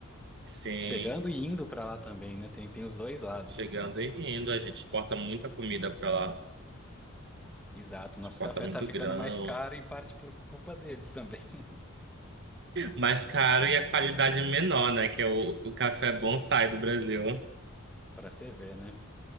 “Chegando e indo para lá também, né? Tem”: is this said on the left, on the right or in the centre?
Centre